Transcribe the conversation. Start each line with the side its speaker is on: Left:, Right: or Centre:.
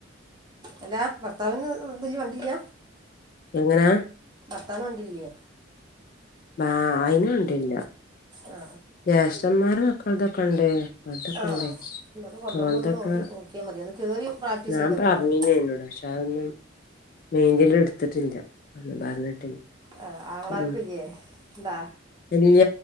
Right: അല്ലാ ഭർത്താവിന് ഇതില് വണ്ടില്ല
Left: എങ്ങനാ
Right: വത്താന കൊണ്ടില്ലേ
Left: വ അയിന ഉണ്ടില്ല
Right: ആ
Left: ജ്യേഷ്ഠന്മാര് മക്കൾ ഇതൊക്കെ ഉണ്ട് പോലതൊക്കെ
Right: ആ ആ
Left: ഉണ്ടേ
Right: ഒന്ന് കൊണ്ടുവരുമ്പോൾ
Left: പോലതൊക്കെ
Right: ഒന്ന് ഓട്ടി നോക്കിയാൽ മതി ഒന്ന് കയറി പ്രാക്ടീസ്
Left: ഞാൻ
Right: ചെയ്ത് നോക്കിയാൽ
Left: പറഞ്ഞന്ന
Right: മതി
Left: എന്നോട പക്ഷെ അതൊന്നും മെയിന്റന്റ് എടുത്തിട്ടില്ല പറഞ്ഞിട്ടില്ല
Right: ആ ആങ്ങളാർക്കും
Left: ഉ
Right: ഇല്ലേ ഉണ്ടാ
Left: എല്ല